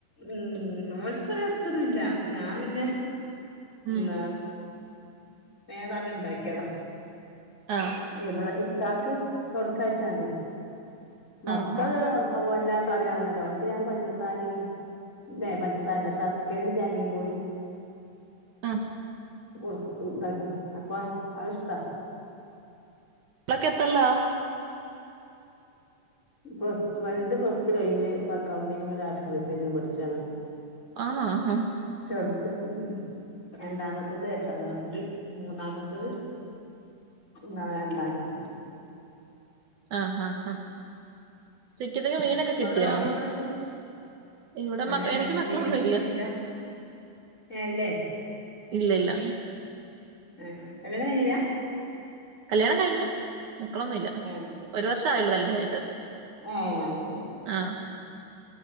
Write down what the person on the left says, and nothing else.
ഉം ഓൽക്ക് ഒരിഷ്ടൊന്നുല്ല അപ്പോ ഞാന് ഞാൻ പിന്നെ ഉംന്ന
<unintelligible> ഇണ്ടാക്കിയതാ
ഇവിടെ ഇക്കാക്ക് കൊടുക്കാഴ്ച്ചാണ്ടെ മക്കള്
എല്ലാക്കും അറിയാവുന്നില <unintelligible> ഓൽക്ക് ഞാൻ പഞ്ചസാരെം ഇല്ല പഞ്ചസാരല്ല ശർക്കരെം തേങ്ങെം കൂടി
കൊട്ക്കും ഉതാക്കി അപ്പ അതിഷ്ട
പ്ലസ് വൽത് പ്ലസ് ടു കഴിഞ്ഞ് ഇപ്പൊ അക്കൗണ്ടിങ്ങ് ഗ്രാഫിക് ഡിസൈനിങ്ങും പഠിച്ചാണ്
ചെറുത് ഉം രണ്ടാമത്തത് എട്ടാം ക്ലാസില് ഒല് മൂന്നാമത്തെത് നാലാം ക്ലാസ്
അവിടെ മക്കൾ എത്ര ഉണ്ട്
ഏ
ഇന്ന്
മീനും കിട്ടിയിട്ടില്ല
ഏ, അല്ലേ
ആഹ് കല്യാണം കയിഞ്ഞിലാ
ഏ
ഏ അത് ശരി